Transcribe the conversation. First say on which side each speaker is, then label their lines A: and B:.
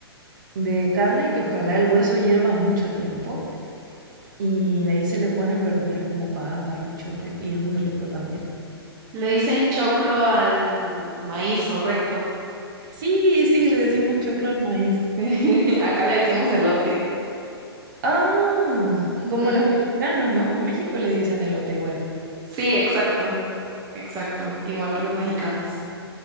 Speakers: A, on the right; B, on the right.
A: de carne que ojalá el hueso hierva mucho tiempo. Y de ahí se le ponen verduras como papas y choclo. Y es muy rico también.
B: Le dicen choclo al maíz, correcto.
A: Sí, sí, le decimos choclo al maíz.
B: <laughs> Acá le decimos elote.
A: Ah,
B: Ujú.
A: como los mexicanos, ¿no? En México le dicen elote igual.
B: Sí, exacto, exacto, igual que los mexicanos.